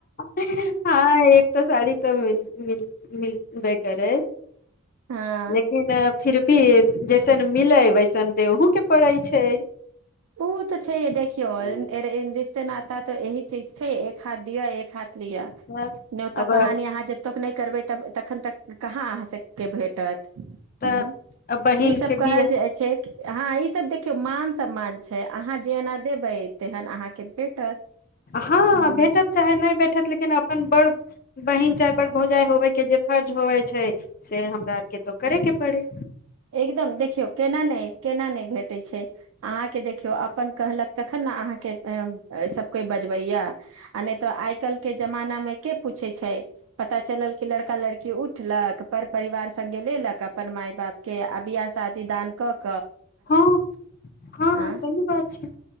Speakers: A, on the left; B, on the right.
A: ह हाँ एक त साड़ी तऽ म मिल मिलब करे
B: हँ
A: लेकिन फिर भी जैसे जैसन मिले वैसन देहु के पड़ै छै
B: ओ तऽ छै देखियौ
A: अ,
B: रिश्ते नाते तऽ ट यही चीज छै एक हाथ दियअ एक हाथ लियअ
A: तब
B: न्यौता
A: अब
B: पहानी यहाँ जब तक नहि करबै तब तखन तक कहाँ अहाँ सबके भेटत
A: तऽ
B: ह
A: बहिन
B: ई सब
A: के
B: कहल
A: बियाह
B: जाइ छै हँ ई सब देखियौ मान सब मान छै अहाँ जे एना देबै तेहन अहाँके भेटत
A: हँ
B: हूँ
A: भेटत चाहे नहि भेठत लेकिन लेकिन अपन बड़ बहिन चाहे बड़ भौजाइ होबे के जे फर्ज होवे छै से हमरा आर के तो करे के पड़ी
B: एकदम देखियौ केना नहि केना नहि भेटैत छै अहाँके देखियौ अपन कहलक तखन ने अहाँके सभ कोइ बजबैया आ नहि तऽ आइ कल्हि के जमाना मे के पूछैत छै पता चलल कि लड़का लड़की उठलक पर परिवार सङ्गे लेलक अपन माय बाप के अबियाह शादी दान क
A: हँ हँ
B: आँ
A: सही बात छै